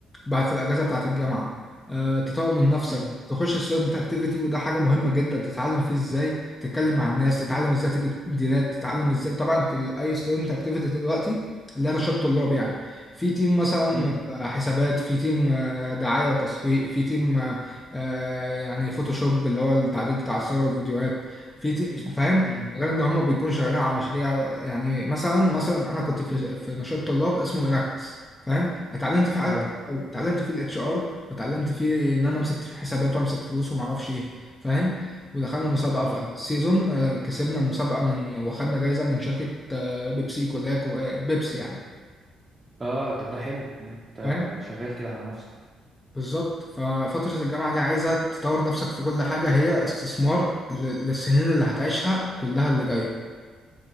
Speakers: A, on the left; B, on the right.
A: بعد في الاجازه بتاعت الجامعه آه، تطور من نفسك
B: امم
A: تخش ستودنت اكتيفيتي وده حاجه مهمه جدا تتعلم فيه ازاي تتكلم مع الناس تتعلم ازاي تجيب ديلات تتعلم ازاي طبعا ال- اي ستودنت اكتيفيتي دلوقتي اللي انا شط طلاب يعني في تيم مثلا
B: امم
A: آه، حسابات في تيم آه، دعايه وتسويق في تيم آه، آه، يعني فوتوشوب اللي هو التعديل بتاع الصور الفيديوهات في تيم فاهم
B: امم
A: غير ان هم بيكونوا شغالين على مشاريع يعني مثلا مثلا انا كنت في في نشاط طلاب اسمه اناكتس فاهم اتعلمت في
B: اه
A: اتعلمت فيه الاتش ار واتعلمت فيه ان انا امسك حسابات وامسك فلوس وما اعرفش ايه فاهم ودخلنا مسابقه
B: امم
A: في اخر السيزون آه، كسبنا المسابقه من واخدنا جايزه من شركه آه، بيبسي كلها كو- آه، بيبسي يعني
B: اه طب ده حلو ان انت
A: فاهم
B: شغال كده على نفسك
A: بالظبط ففتره الجامعه دي عايزه تطور نفسك في كل حاجه هي استثمار ل- للسنين اللي هتعيشها كلها اللي جايه